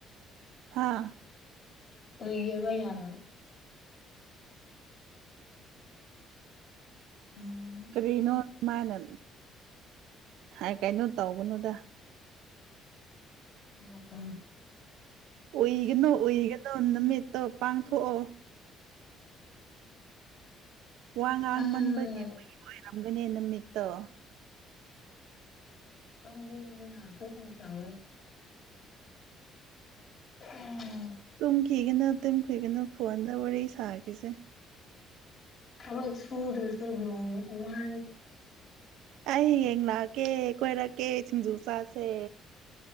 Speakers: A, on the right; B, on the left.
A: ꯍꯥꯥ
B: ꯎꯏꯕꯌꯥꯅ ꯎꯝ
A: ꯀꯔꯤꯅꯣ ꯃꯥꯅ ꯍꯥꯏ ꯀꯥꯏꯅꯣ ꯇꯧꯒꯅꯨꯗ
B: ꯎꯝ ꯎꯝ
A: ꯎꯏꯒꯅꯨ ꯎꯏꯒꯅꯨ ꯅꯨꯃꯤꯠꯇꯣ ꯄꯥꯡꯊꯣꯛꯑꯣ ꯋꯥ ꯉꯥꯡ
B: ꯈꯔ
A: ꯃꯟꯕꯒꯤ ꯎꯨꯏ ꯍꯥꯏꯔꯝꯒꯅꯦ ꯅꯨꯃꯤꯠꯇꯣ
B: ꯑ ꯅ ꯃꯅ ꯍꯥꯦ ꯀꯦ ꯎꯝ
A: ꯇꯨꯝꯈꯤꯒꯅꯨ ꯇꯝ ꯀꯒꯅꯨ ꯐꯣꯟꯗ ꯋꯥꯔꯤ ꯁꯥꯈꯤꯁꯦ
B: ꯑꯣꯏ ꯁꯨꯗꯁ ꯎꯃ
A: ꯑꯩ ꯍꯌꯦꯡ ꯂꯥꯛꯑꯀꯦ ꯀꯣꯏꯔꯛꯀꯦ ꯁꯤꯡꯖꯨ ꯆꯥꯁꯦ